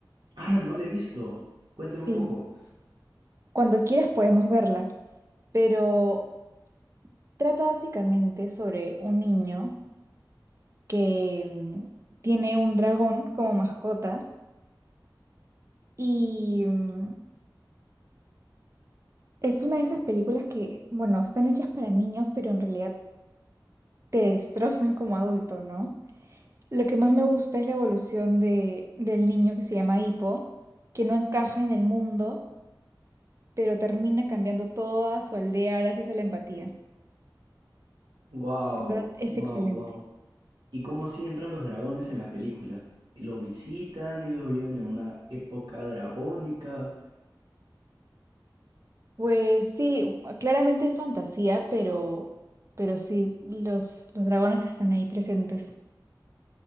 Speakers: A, on the right; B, on the right.
A: Ah,
B: Bu-
A: no le he visto. Cuéntame
B: Sí.
A: un poco.
B: Cuando quieras podemos verla, pero trata básicamente sobre un niño que mm, tiene un dragón como mascota Y mm, es una de esas películas que, bueno, están hechas para niños, pero en realidad te destrozan como adulto, ¿no? Lo que más me gusta es la evolución de, del niño que se llama Hippo, que no encaja en el mundo, pero termina cambiando toda su aldea gracias a la empatía.
A: Wow,
B: De verdad, es
A: wow,
B: excelente.
A: wow. ¿Y cómo así entran los dragones en la película? ¿Los visitan? ¿Ellos viven en una época dragónica?
B: Pues sí, claramente es fantasía, pero, pero sí, los, los dragones están ahí presentes.